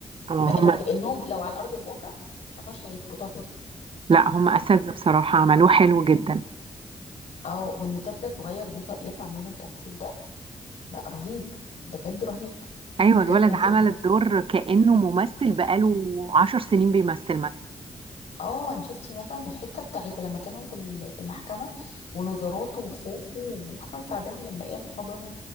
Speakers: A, on the right; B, on the left.
A: اه
B: بقى
A: هم
B: لو كأنهم لو على أرض الواقع ما كانوش هيظبطوها كده
A: لا هم أساتذة بصراحة عملوه حلو جدا
B: اه وان طفل صغير يط- يطلع منه التمثيل ده لا رهيب بجد رهيب
A: أيوة
B: عجبني
A: الولد
B: تمثيله
A: عمل الدور كأنه ممثل بقاله عشر سنين بيمثل مثلا
B: اه انت شفتي مثلا في الحته بتاعت لما كانوا في ال- في المحكمه ونظراته وخوفه واحمد سعداني لما قام حضنه